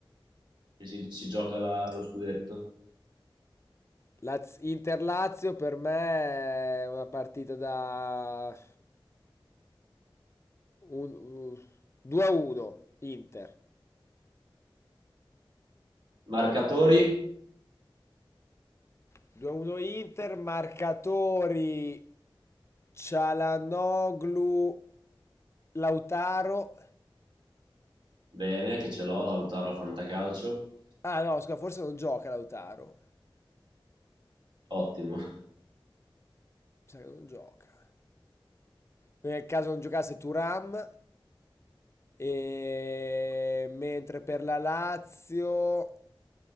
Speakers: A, on the right; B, on the left.
A: che si, si gioca la- lo scudetto.
B: Laz- Inter Lazio per me è una partita da un- un- 2-1 Inter.
A: Marcatori,
B: 2-1 Inter, marcatori Cialanoglu, Lautaro.
A: bene, che ce l'ho, Lautaro al Fantacalcio,
B: Ah no, scusa, forse non gioca Lautaro.
A: ottimo.
B: Mi sa che non gioca. Quindi nel caso non giocasse Turam. E... Mentre per la Lazio,